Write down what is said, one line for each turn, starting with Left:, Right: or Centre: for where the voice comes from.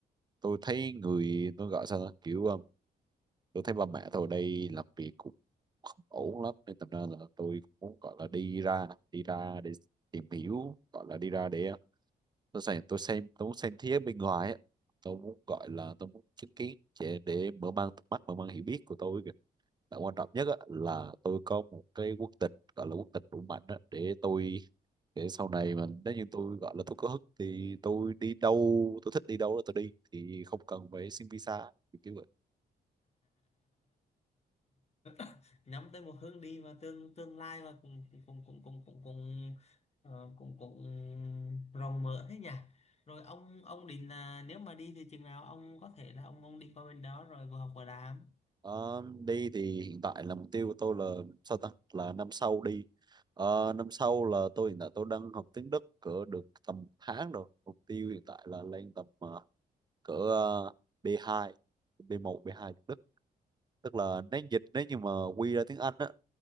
Right: tôi thấy người tôi gọi sao ta kiểu ờ, tôi thấy ba mẹ tôi ở đây làm việc cũng không ổn lắm nên thành ra là tôi cũng muốn gọi là đi ra đi ra để tìm hiểu gọi là đi ra để tôi xem tôi xem tôi muốn xem thế giới bên ngoài á tôi muốn gọi là tôi muốn chứng kiến để, để mở mang tầm mắt mở mang hiểu biết của tôi kìa. và quan trọng nhất á, là tôi có một cái quốc tịch gọi là quốc tịch đủ mạnh á, để tôi để sau này mà nếu như tôi gọi là tôi có hức thì tôi đi đâu tôi thích đi đâu đó tôi đi thì không cần phải xin visa kiểu kiểu vậy
Left: <laughs> nhắm tới một hướng đi mà tương tương lai mà cũng cũng cũng cũng cũng cũng ờ, cũng cũng rộng mở thế nhỉ rồi ông ông định là nếu mà đi thì chừng nào ông có thể là ông ông đi qua bên đó rồi vừa học vừa làm
Right: Ờ, đi thì hiện tại là mục tiêu của tôi là sao ta là năm sau đi Ờ, năm sau là tôi hiện tại tôi đang học tiếng Đức cỡ được tầm một tháng rồi mục tiêu hiện tại là lên tầm ờ, cỡ ờ, B2 B1 B2 tiếng Đức tức là nếu dịch nếu như mà quy ra tiếng Anh á